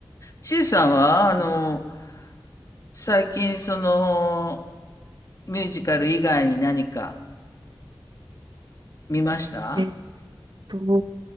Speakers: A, on the left (about 40°); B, on the right (about 65°).
A: ちいさんは、あの、最近、その、ミュージカル以外に何か見ました
B: えっと、